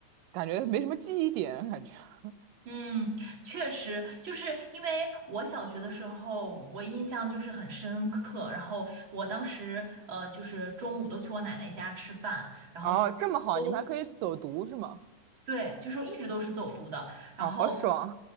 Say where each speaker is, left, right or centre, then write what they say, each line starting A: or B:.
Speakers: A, on the right; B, on the right.
A: 感觉没什么记忆点感觉。<laughs>
B: 嗯，确实，就是因为我小学的时候，我印象就是很深刻。然后我当时，呃，就是中午都去我奶奶家吃饭，然后
A: 哦，这么好，
B: 都
A: 你们还可以走读是吗？
B: 对，就是一直都是走读的。然后，
A: 哦，好爽！